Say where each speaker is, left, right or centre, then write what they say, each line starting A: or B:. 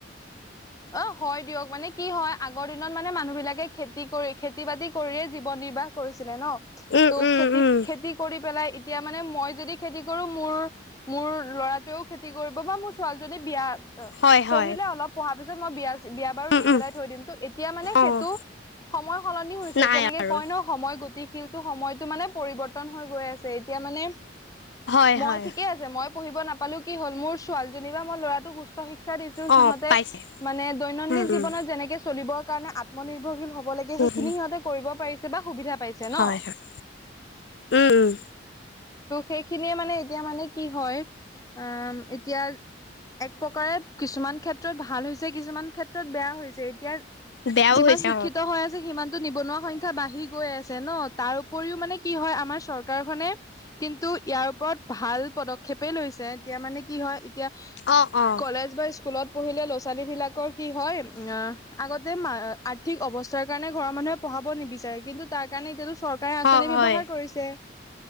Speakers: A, on the left; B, on the left.
A: অ' হয় দিয়ক মানে কি হয় আগৰ দিনত মানে মানুহ বিলাকে খেতি কৰি খেতি বাতি কৰিয়ে জীৱন নিৰ্বাহ কৰিছিলে ন'
B: উম
A: ত'
B: উম
A: খেতি
B: উম
A: খেতি কৰি পেলাই এতিয়া মানে মই যদি খেতি কৰো মোৰ মোৰ ল'ৰাটোৱেও খেতি কৰিব বা মোৰ ছোৱালীজনী বিয়া প
B: হয়
A: পঢ়িলে
B: হয়
A: অলপ পঢ়া পিছত মই বিয়া বিয়া বাৰু
B: উম
A: দি পেলাই
B: উম
A: থৈ দিম ত' এতিয়া মানে
B: অ'
A: সেইটো সময় সলনি হৈছে
B: নাই
A: যেনেকে
B: আৰু
A: কয় ন' সময় গতিশীল ত' সময়টো মানে পৰিৱৰ্তন হৈ গৈ আছে এতিয়া মানে।
B: হয়
A: মই
B: হয়
A: ঠিকে আছে মই পঢ়িব নাপালো কি হ'ল মোৰ ছোৱালীজনী বা মই ল'ৰাটো উচ উচ্চ শিক্ষা দিছোঁ সিহঁতে
B: অ' পাইছে
A: মানে দৈনন্দিন
B: উম
A: জীৱনত
B: উম
A: যেনেকে চলিবৰ কাৰণে আত্মনিৰ্ভৰশীল হ'ব <unintelligible> লাগে সেইখিনি
B: উম
A: সিহঁতে কৰিব পাৰিছে বা সুবিধা পাইছে ন'।
B: হয় হয় উম, উম।
A: ত' সেইখিনিয়ে মানে এতিয়া মানে কি হয়, অম এতিয়া এক প্ৰকাৰত কিছুমান ক্ষেত্ৰত ভাল হৈছ যে কিছুমান ক্ষেত্ৰত বেয়া হৈছে এতিয়া,
B: বেয়াও
A: যিমান
B: হৈছে
A: শিক্ষিত
B: অ'
A: হৈ আছ সিমানটো নিবনুৱা সংখ্যা বাঢ়ি গৈ আছে ন' তাৰ উপৰিও মানে কি হয় আমাৰ চৰকাৰখনে কিন্তু ইয়াৰ ওপৰত ভাল পদক্ষেপেই লৈছে এতিয়া মানে কি হয় <unintelligible>
B: অ' অ'
A: কলেজ বা স্কুলত পঢ়িলে ল <unintelligible> ছোৱালীবিলাকৰ কি হয় অ' আগতে ম আৰ্থিক অৱস্থাৰ কাৰণে ঘৰৰ মানুহে পঢ়াব নিবিচাৰে কিন্তু তাৰ কাৰণে এতিয়াতো চৰকাৰে আঁচনি
B: অ' হয়
A: ব্যৱহাৰ কৰিছে।